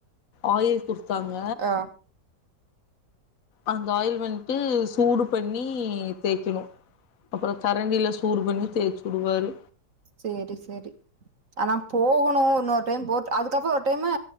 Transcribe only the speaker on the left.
ஆயில் குடுத்தாங்க
அந்த ஆயில் வந்ட்டு சூடு பண்ணி தேய்க்கணு அப்புறோ கரண்டில சூடு பண்ணி தேச்சு உடுவாரு